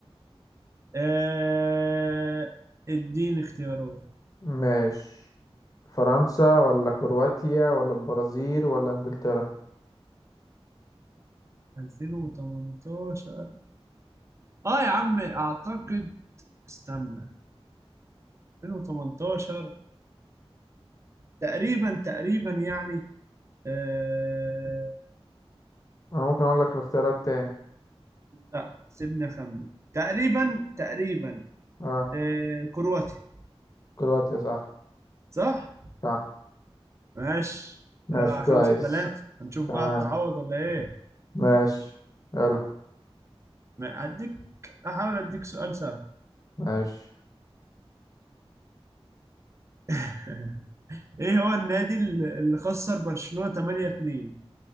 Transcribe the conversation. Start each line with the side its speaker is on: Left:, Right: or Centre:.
Right: آه، اديني اختيارات
Left: ماشي فرنسا ولا كرواتيا ولا البرازيل ولا انجلترا
Right: 2018 اه يا عم اعتقد استنى 2018 تقريبا تقريبا يعني آه...
Left: انا ممكن اقول لك الاختيارات تاني
Right: لا سيبني اخمن تقريبا تقريبا
Left: اه
Right: آه كرواتيا
Left: كرواتيا صح
Right: صح
Left: صح
Right: ماشي
Left: ماشي
Right: كده
Left: كويس
Right: خمسة ثلاثة هنشوف
Left: تمام
Right: بقى تعوض ولا ايه
Left: ماشي يلا
Right: ما هديك احاول اديك سؤال سهل
Left: ماشي
Right: <laughs> ايه هو النادي ال- اللي خسر برشلونة 8-2